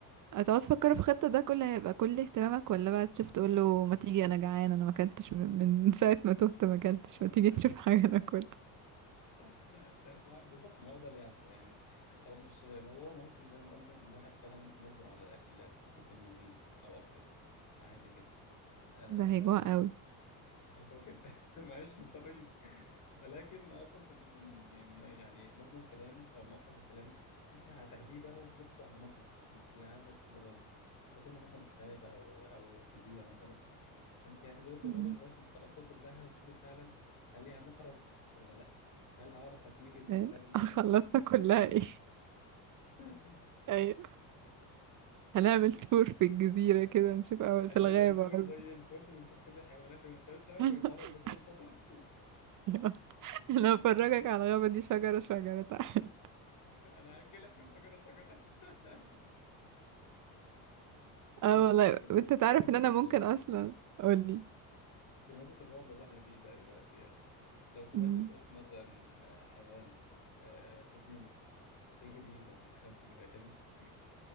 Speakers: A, on the right; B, on the left.
A: هتقعد تفكروا في خطة ده كله هيبقى كل اهتمامك ولا بقى تشوف تقول له ما تيجي انا جعان انا ما اكلتش من من <laughs> ساعة ما تهت ما اكلتش ما تيجي نشوف حاجة ناكلها
B: <laughs> بالظبط ما هو ده اللي يحصل يعني او مش موضوع ممكن زي ما قلنا ان الواحد فعلا ممكن يصبر على الاكل ممكن يومين او اكتر عادي جدا آه
A: ده هيجوع قوي
B: هيبقى جدا <laughs> معلش مضطرين ولكن اقصد من من يعني مجمل كلام او المقصد من كلامي انت هتاخديه بقى وتلفه على مخرج انت عايزه تدوري اذا كنا مثلا في غابه او او جزيره مثلا فانت هتفضلي تدوري
A: مم.
B: لغايه ما تخلصيها كلها وتشوفي فعلا هل ليها مخرج ولا لا هل هعرف اتنجد من
A: ايه
B: المكان اللي انا
A: <laughs>
B: فيه
A: خلصنا
B: او لا
A: كلها ايه
B: <laughs>
A: ايوه هنعمل تور في الجزيرة كده نشوف اول
B: هنعمل
A: في الغابة
B: تور
A: قصدي
B: زي الفل ونشوف كل الحيوانات المفترسه ونتعرض
A: <laughs>
B: لكل الخطر
A: أيوة.
B: <laughs>
A: انا هفرجك على الغابة دي شجرة شجرة <laughs> تعالى
B: انا هاكلك من شجره شجره <laughs>
A: اه
B: طيب
A: والله
B: طيب، ب-
A: انت
B: ب-
A: تعرف
B: بمناسبة
A: ان انا
B: ال-
A: ممكن اصلا قولي
B: بمناسبة الرعب اللي احنا فيه ده دلوقتي يعني لو سمعت
A: مم.
B: صوت مثلا آه، حيوان آه، صوت نمر هتجري ولا تتخبي ولا تمشي